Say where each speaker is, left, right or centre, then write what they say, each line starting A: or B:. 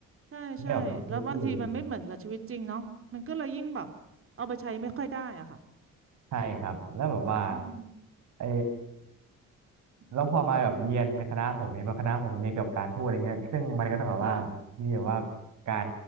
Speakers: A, on the right (about 45°); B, on the right (about 70°).
A: ใช่ใช่แล้วบางทีมันไม่เหมือนกับชีวิตจริงเนาะมันก็เลยยิ่งแบบเอาไปใช้ไม่ค่อยได้อะค่ะ
B: ไม่ออกมาใช้พูดเลยใช่ครับแล้วแบบว่า
A: อืม
B: ไอ แล้วพอมาแบบเรียนในคณะผมเองมาคณะผมมันเรียนเกี่ยวกับการพูดอะไรเงี้ยซึ่งมันก็ต้องแบบว่ามีแบบว่า
A: ค่ะ
B: การ